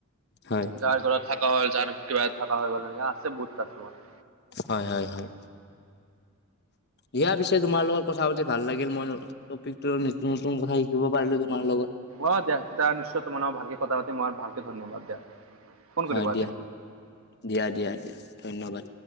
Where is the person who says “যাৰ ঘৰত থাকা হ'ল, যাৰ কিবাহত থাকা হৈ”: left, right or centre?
Right